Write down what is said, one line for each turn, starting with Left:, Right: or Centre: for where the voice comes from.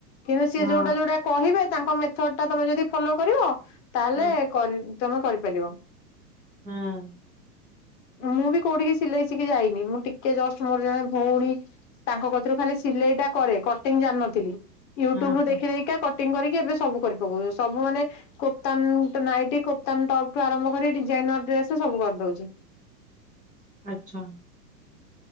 Left: କିନ୍ତୁ ସିଏ
Right: ହଁ
Left: ଯୋଉଟା ଯୋଉଟା କହିବେ ତାଙ୍କ ମେଥଡ ଟା ତମେ ଯଦି ଫଲୋ କରିବ ତାହେଲେ
Right: ହଁ
Left: ତମେ କରିପାରିବ।
Right: ହଁ।
Left: ମୁଁ ବି କୋଉଠିକି ସିଲେଇ ସିିକି ଯାଇନି ମୁଁ ଟିକେ ଜଷ୍ଟ ମୋର ଜଣେ ଭଉଣୀ ତାଙ୍କ କତିରୁ ଖାଲି ସିଲେଇ ଟା କରେ କଟିଂ ଜାଣିନଥିଲି। ୟୁଟ୍ୟୁବ
Right: ହଁ
Left: ରୁ ଦେଖିଦେଇକା କଟିଂ କରିକି ଏବେ ସବୁ କରି ପକଉଛ ସବୁ ମାନେ କୋପ୍ତାନ ନାଇଟି କୋପ୍ତାନ ଟପ୍ ଟୁ ଆରମ୍ଭ କରି ଡିଜାଇନର ଡ୍ରେସ ସବୁ କରିଦଉଛି।
Right: ଆଛା।